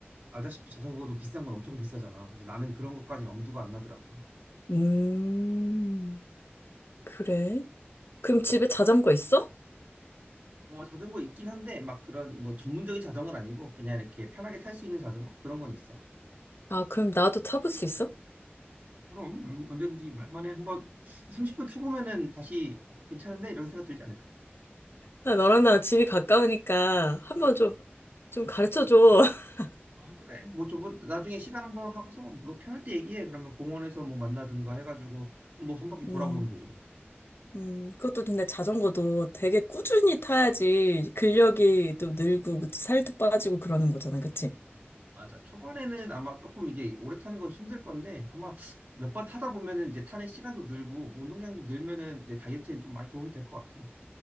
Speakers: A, on the right; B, on the left.
A: 알다시피 자전거도 비싼 건 엄청 비싸잖아. 그래서 나는 그런 것까지는 엄두가 안 나더라고.
B: 음, 그래? 그럼 집에
A: 음.
B: 자전거 있어?
A: 뭐 자전거 있긴 한데 막 그런 뭐 전문적인 자전거는 아니고 그냥 이렇게 편하게 탈 수 있는 자전거 그런 건 있어.
B: 아, 그럼 나도 타볼 수 있어?
A: 그럼 얼- 언제든지 말만에 한번 30분 펴보면은 다시 어, 괜찮은데 이런 생각 들지 않을까?
B: 아, 너랑 나랑 집이 가까우니까 한번 좀, 좀 가르쳐줘. <laughs>
A: 아 그래 뭐 저번 나중에 시간 한번 하고서 너 편할 때 얘기해 그러면 공원에서 뭐 만나든가 해가지고 뭐 한 바퀴 돌아보면
B: 음.
A: 되지 뭐
B: 음, 그것도 근데 자전거도 되게 꾸준히 타야지 근력이 또 늘고 그 살도 빠지고 그러는 거잖아, 그치?
A: 맞아 초반에는 아마 조금 이게 오래 타는 거 힘들 건데 아마 몇 번 타다 보면은 이제 타는 시간도 늘고 운동량도 늘면은 이제 다이어트에 좀 많이 도움이 될 것 같아